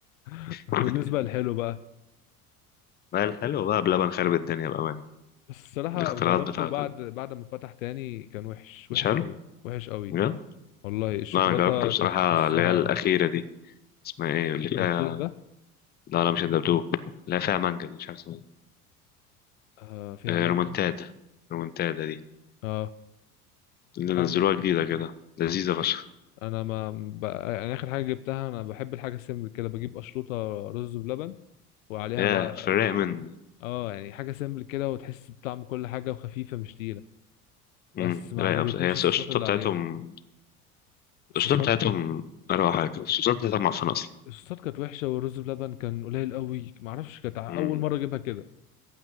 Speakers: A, on the left (about 60°); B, on the left (about 20°).
A: <laughs>
B: <laughs>
A: بالنسبة للحلو بقى
B: ما هي الحلو بقى بلبن خارب الدنيا بأمان
A: بس الصراحة
B: الاختراعات
A: جربته
B: بتاعته
A: بعد
B: دي
A: بعد ما فتح تاني كان وحش
B: مش
A: وحش
B: حلو
A: قوي وحش قوي
B: بجد
A: والله الشوكولاتة
B: لا أنا جربت بصراحة
A: كانت تحسها
B: اللي هي الأخيرة دي اسمها إيه اللي فيها
A: دبدوب ده
B: لا لا مش الدبدوب لا فيها مانجا دي مش عارف اسمها
A: آه فيها
B: إيه
A: مانجا
B: آه، رومونتادا رومونتادا دي
A: اه
B: اللي نزلوها
A: انا
B: جديدة كده لذيذة فشخ
A: انا ما بقى يعني اخر حاجة جبتها انا بحب الحاجة سيمبل كده بجيب اشروطة رز بلبن وعليها
B: يا
A: بقى
B: في الرايق من
A: اه يعني حاجة سيمبل كده وتحس بطعم كل حاجة وخفيفة مش تقيلة بس
B: امم
A: ما
B: رايقة
A: عجبتنيش
B: بس هي الشطة
A: الصوصات اللي
B: بتاعتهم
A: عليها الصوصات
B: الشطة بتاعتهم أروع حاجة الشطة بتاعتهم معفنة أصلا
A: الصوصات كانت وحشة والرز بلبن كان قليل قوي معرفش كانت أول
B: امم
A: مرة أجيبها كده